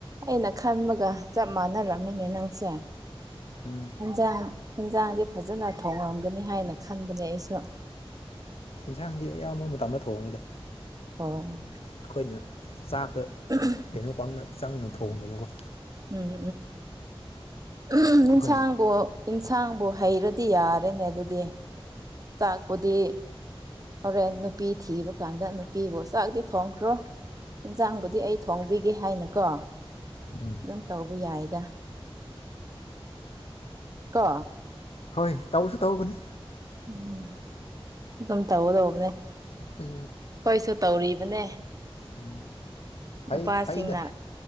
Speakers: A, on the right; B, on the left.
A: ꯑꯩꯅ ꯈꯟꯕꯒ ꯆꯞ ꯃꯥꯟꯅꯔꯝꯃꯤꯅꯦ ꯅꯪꯁꯦ
B: ꯎꯝ
A: ꯍꯦꯟꯖꯥꯡ ꯍꯤꯟꯖꯥꯡꯗꯤ ꯐꯖꯅ ꯊꯣꯡꯉꯝꯒꯅꯤ ꯍꯥꯏꯅ ꯈꯟꯕꯅꯦ ꯑꯩꯁꯨ
B: ꯍꯤꯟꯁꯥꯡꯗꯤ ꯑꯌꯥꯝꯕ ꯃꯇꯝꯗ ꯊꯣꯡꯉꯤꯗ
A: ꯑꯣ
B: ꯑꯩꯈꯣꯏꯅ ꯆꯥꯛꯗ
A: <unintelligible>
B: ꯀꯩꯅꯣ ꯄꯥꯡꯅ ꯆꯪꯅ ꯊꯣꯡꯗꯕꯀꯣ
A: ꯎꯝ ꯎꯝ ꯏꯟꯁꯥꯡꯕꯣ
B: ꯑꯩꯈꯣꯏ
A: ꯏꯟꯁꯥꯡꯕꯨ ꯍꯩꯔꯗꯤ ꯌꯥꯔꯦꯅꯦ ꯑꯗꯨꯗꯤ ꯆꯥꯛꯄꯨꯗꯤ ꯍꯣꯔꯦꯟ ꯅꯨꯄꯤ ꯊꯤꯕ ꯀꯥꯟꯗ ꯅꯨꯄꯤꯕꯨ ꯆꯥꯛꯗꯤ ꯊꯣꯡꯈ꯭ꯔꯣ ꯏꯟꯖꯥꯡꯕꯨꯗꯤ ꯑꯩ ꯊꯣꯡꯕꯤ ꯒꯦ ꯍꯥꯏꯅꯀꯣ
B: ꯎꯝ
A: ꯑꯗꯨꯝ ꯇꯧꯕ ꯌꯥꯏꯗ ꯀꯣ
B: ꯍꯣꯏ ꯇꯧꯁꯨ ꯇꯧꯒꯅꯤ
A: ꯎꯝ ꯑꯗꯨꯝ ꯇꯧꯒꯗꯧꯕꯅꯦ
B: ꯎꯝ
A: ꯍꯣꯏꯁꯨ ꯇꯧꯔꯤꯕꯅꯦ
B: ꯎꯝ ꯐꯩ
A: ꯅꯨꯄꯥꯁꯤꯡꯅ
B: ꯐꯩꯗ